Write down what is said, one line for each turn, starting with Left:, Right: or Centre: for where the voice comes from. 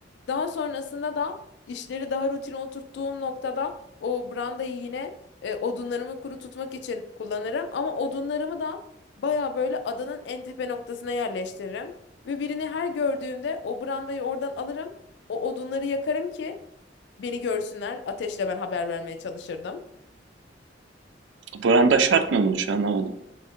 Left: Daha sonrasında da işleri daha rutine oturttuğum noktada o brandayı yine e, odunlarımı kuru tutmak için kullanırım. Ama odunlarımı da baya böyle adanın en tepe noktasına yerleştiririm. Ve birini her gördüğümde o brandayı oradan alırım. O odunları yakarım ki beni görsünler. Ateşle ben haber vermeye çalışırdım.
Right: Branda şart mı bunu şu an anlamadım.